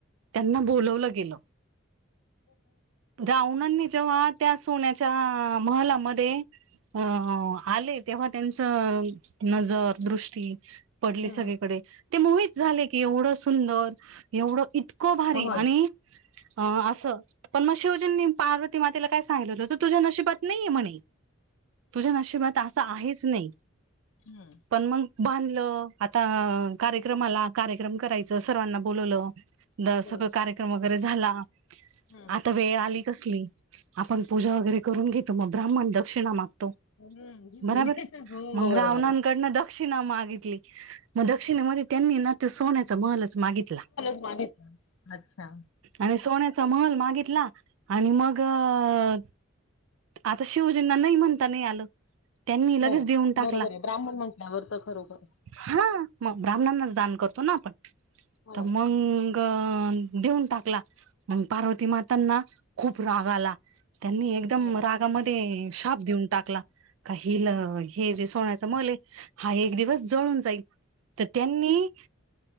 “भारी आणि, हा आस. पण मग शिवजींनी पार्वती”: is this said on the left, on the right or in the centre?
Right